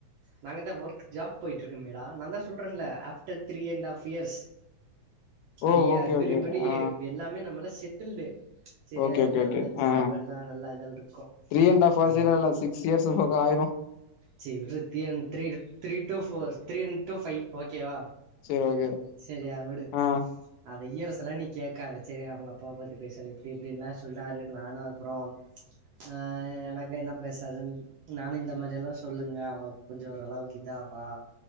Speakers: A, on the right (about 85°); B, on the left (about 80°).
A: நாங்க தா ஒர்க் ஜாப் போயிட்ருக்க மேடா நா தா சொல்றேன்ல after three and half years
B: oh
A: we
B: okay
A: are everybody
B: okay ஆ
A: எ எல்லாமே நம்மல்லா செட்டில்டு செரியா
B: ஓகே
A: எல்லா
B: ஓகே ஓகே
A: நல்ல ஜாப்
B: ஆ
A: எல்லா நல்லா இதல்லாருக்கு
B: த்ரீ அண்ட் ஹாஃப் ஹார்ஸ்
A: நீங்கள்
B: இல்ல இல்ல சிக்ஸ் இயர்ஸ் பக்கோ ஆயிரு
A: சீ விட்றா three and three three two four three and two five ஓகேவா
B: சேர் ஓகே
A: சரியா விடு
B: ஆ
A: அத ஈரசலா நீ கேக்காத செரியா அவங்க அப்பாவ பத்தி பேசுற அப்டி இப்டின்லா சொன்னாரு நானு அப்பறம் அ எனக்கு என்ன பேசற்துன் நானு இந்த மாரி எல்லா சொல்லுங்க அவ கொஞ்சோ ஓரளவுக்கு இதாவா